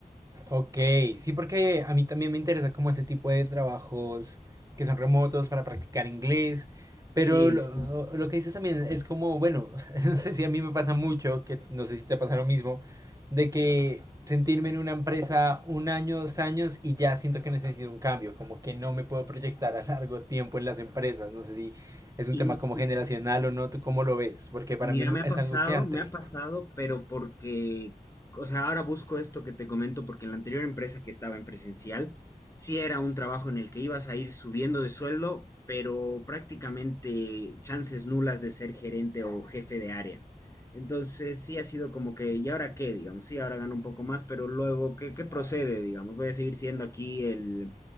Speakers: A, on the right (about 20°); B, on the left (about 20°).
A: Ok, sí, porque a mí también me interesa como este tipo de trabajos que son remotos para practicar inglés,
B: Sí,
A: pero lo,
B: sí.
A: lo que dices también es como, bueno, <laughs> no sé si a mí me pasa mucho, que no sé si te pasa lo mismo, de que sentirme en una empresa un año, dos años y ya siento que necesito un cambio, como que no me puedo proyectar a largo tiempo en las empresas, no sé si es un
B: Y
A: tema como generacional o no, ¿tú cómo lo ves? Porque para
B: Mira,
A: mí
B: me
A: es
B: ha pasado,
A: angustiante.
B: me ha pasado, pero porque, o sea, ahora busco esto que te comento porque en la anterior empresa que estaba en presencial, sí era un trabajo en el que ibas a ir subiendo de sueldo, pero prácticamente chances nulas de ser gerente o jefe de área. Entonces, sí ha sido como que, ¿y ahora qué? Digamos, sí, ahora gano un poco más, pero luego, ¿qué, qué procede? Digamos, voy a seguir siendo aquí el,